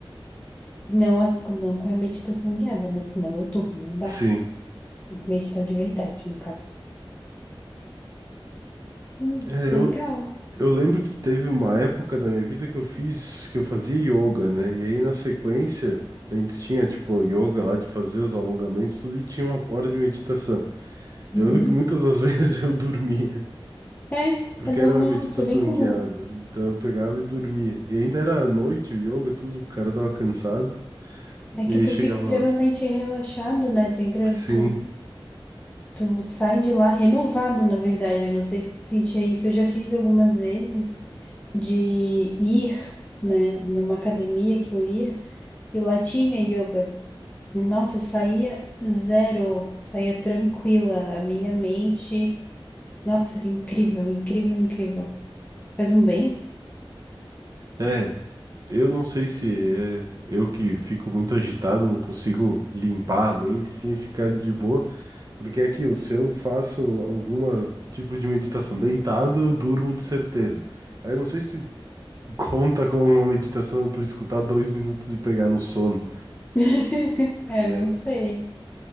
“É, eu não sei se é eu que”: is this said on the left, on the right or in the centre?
Right